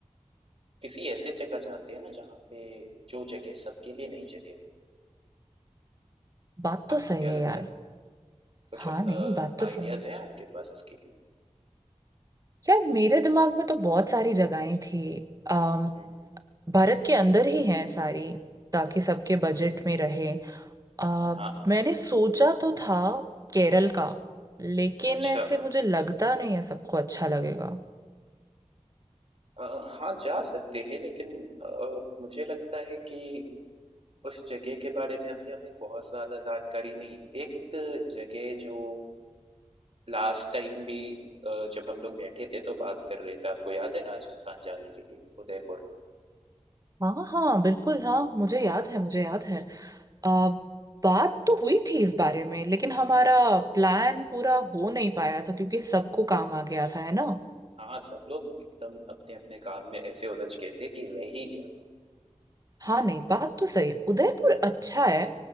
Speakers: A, on the right; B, on the right.
A: किसी ऐसे जगह जाते हैं ना जहाँ पे जो जगह सबके लिए नई जगह है।
B: बात
A: आपको
B: तो सही
A: क्या
B: है
A: लगता
B: यार
A: है? कुछ
B: हाँ
A: अ,
B: नहीं बात तो
A: आइडियाज़
B: सही है
A: हैं आपके पास इसके लिए?
B: यार मेरे दिमाग में तो बहुत सारी जगहें थी अम,
A: हुँ।
B: भारत के अंदर ही हैं सारी ताकि सबके
A: हाँ,
B: बजट में रहे आ,
A: हाँ, हाँ।
B: मैंने सोचा तो था केरल का लेकिन
A: अच्छा।
B: ऐसे मुझे लगता नहीं है सबको अच्छा लगेगा
A: अ, हाँ, जा सकते हैं लेकिन अ, मुझे लगता है कि उस जगह के बारे में अभी हमें बहुत ज़्यादा जानकारी नहीं है। एक जगह जो लास्ट टाइम भी अ, जब हम लोग बैठे थे तो बात कर रहे थे, आपको याद है राजस्थान जाने के लिए, उदयपुर।
B: हाँ हाँ बिल्कुल हाँ मुझे याद है मुझे याद है आ, बात तो हुई थी इस बारे में लेकिन हमारा प्लान पूरा हो नहीं पाया था क्योंकि सबको काम आ गया था है ना
A: हाँ, सब लोग एकदम अपने-अपने काम में ऐसे उलझ गए थे कि रह ही गया। था
B: हाँ नहीं बात तो सही है उदयपुर अच्छा है